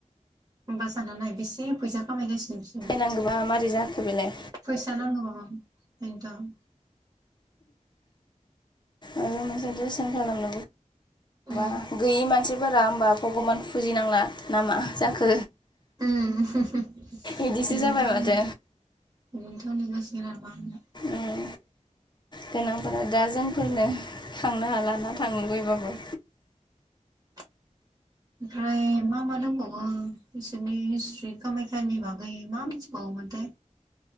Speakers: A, on the right (about 25°); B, on the left (about 35°).
A: होमबा सानना नाय बेसे फैसा खामायगासि- नो
B: नांगौबा मारै जाखो बेलाय
A: फैसा नांगोबा मा बेनोथ
B: आरो मोनसे जोसन खालामनोबो
A: उम
B: माबा गैयि मानसि फोरा होमबा भगबान फुजिनांला ना मा जाखो
A: उम बिदिनोथ
B: इदिसो जाबाय
A: होनो
B: माथो
A: ओम थ नोंङो स्केनार बाहायना
B: उम गोनांफोरा दा जोंफोरनो थांनो हालाना थांनो लुुबैबाबो
A: <unintelligible> ओमफ्राय मा मा दंबावो बिसोरनि हिस्ट्रि कमाख्यानि बागै मा मिथिबावो मामोन थाय